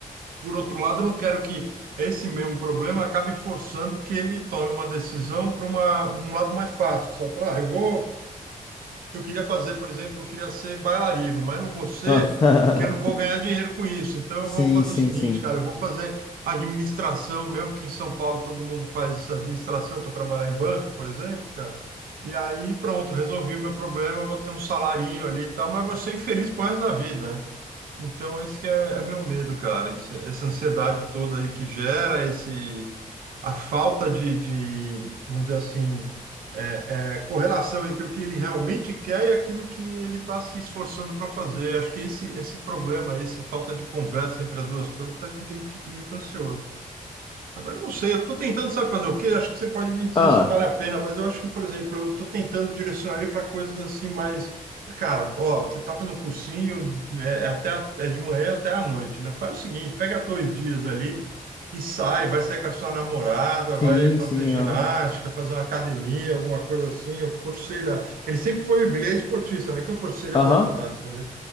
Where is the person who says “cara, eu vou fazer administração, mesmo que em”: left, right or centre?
Right